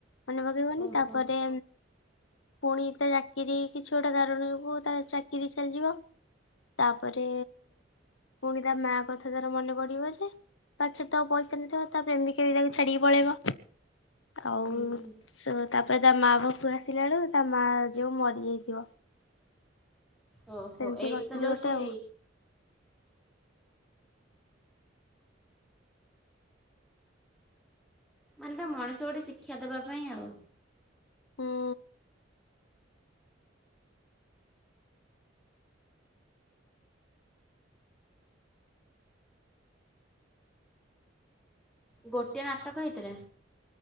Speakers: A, on the left; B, in the centre.
A: ପକେଇବନି
B: ଓହୋ
A: ତାପରେ ପୁଣି ତା ଚାକିରି କିଛି ଗୋଟେ କାରଣ ଯୋଗୁ ତା ଚାକିରି ଚାଲିଯିବ ତାପରେ ପୁଣି ତା ମା କଥା ତାର ମନେ ପଡିବ ଯେ ପାଖରେ ତ ଆଉ ପଇସା ନଥିବ ତା ପ୍ରେମିକା ବି ତାକୁ ଛାଡିକି ପଳେଇବ ଆଉ
B: ହୁଁ ହୁଁ
A: ସ ତାପରେ ତା ମା ପାଖୁ ଆସିଲା ବଳୁ ତା ମା ଯୋଉ ମରିଯାଇଥିବ।
B: ଓହୋ
A: ସେମିତି
B: ଏଇଟା
A: କରିଥିଲି
B: ତାହେଲେ ହୋଉଛି
A: ଗୋଟେ ଆଉ
B: ମାନେଟା ମଣିଷ ଗୋଟେ ଶିକ୍ଷା ଦେବା ପାଇଁ ଆଉ।
A: ହୁଁ।
B: ଗୋଟିଏ ନାଟକ ହେଇଥିଲା।